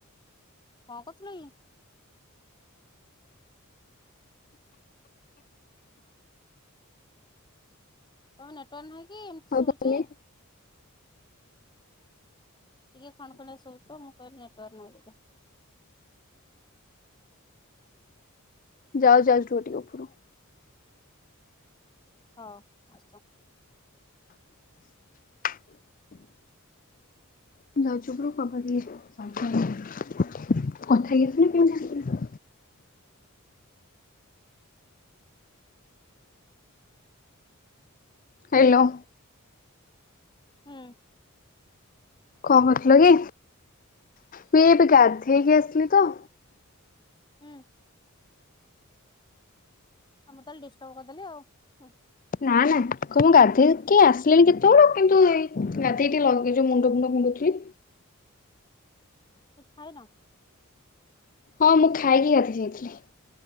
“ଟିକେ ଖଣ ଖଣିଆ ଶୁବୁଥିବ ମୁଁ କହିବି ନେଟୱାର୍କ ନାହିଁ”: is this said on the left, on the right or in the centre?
Left